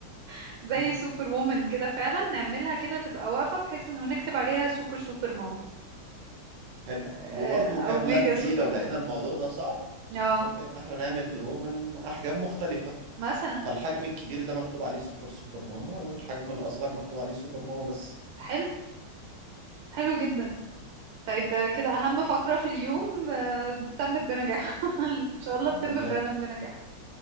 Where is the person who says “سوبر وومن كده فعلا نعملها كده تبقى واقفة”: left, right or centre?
Right